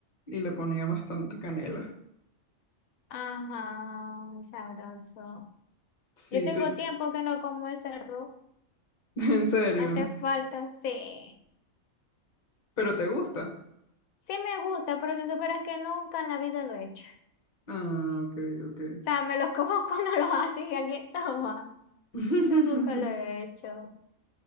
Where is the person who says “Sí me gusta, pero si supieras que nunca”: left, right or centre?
Left